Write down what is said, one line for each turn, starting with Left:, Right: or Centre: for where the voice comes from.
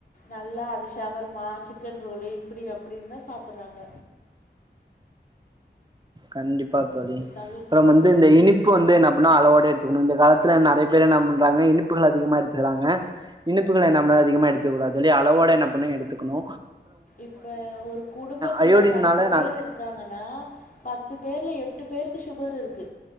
Left: நல்லா அது ஷவர்மா சிக்கன் ரோலு இப்டிஅப்டினு தா சாப்புட்றாங்க
Right: கண்டிப்பா தோழி
Left: தவிர்க்கணும்.
Right: அப்றோம் வந்து இந்த இனிப்பு வந்து என்னா பண்ணு அளவோட எடுத்துக்கணு இந்த கா த்துல நெறைய பேர் என்னா பண்றாங்க இனிப்புகள் அதிகமா எடுத்துக்குறாங்க இனிப்புகள நம்ம அதிகமா எடுத்துக்கக்கூடாது தோழி அளவோட என்னா பண்ணும் எடுத்துக்கணு
Left: இப்ப ஒரு குடும்பத்துல
Right: அயோடின்னால
Left: பத்து பேர்
Right: நா
Left: இருக்காங்கன்னா பத் பத்து பேர்ல எட்டுப் பேருக்கு ஷுகர் இருக்கு